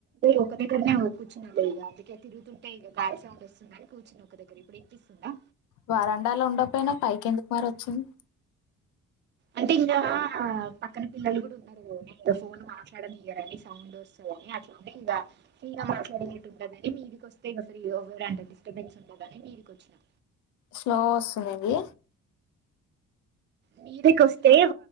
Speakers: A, on the right (about 35°); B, on the left (about 80°).
A: ఒక దగ్గర కూర్చు ఇ అందుకే తిరుగుతుంటే గా సౌండ్ వస్తుందిని కూర్చుని ఒక దగ్గర ఇప్పుడు ఇనిపిస్తుందా
B: వరండాలో ఉండకపోయినావ్ పైకి ఎందుకు మరి వచ్చింనవ్
A: అంటే ఇంకా పక్కన పిల్లలు కూడా ఉన్నారు ఫోన్ మాట్లాడనియరని సౌండ్ వస్తుని అే ఇంకా ఫ్రీగా మాట్లాడదని మీక వస్తే డిస్టబెన్స్ ఉని మీక వచ్చినా
B: స్లో వస్తుందిది
A: మీదికి వస్తే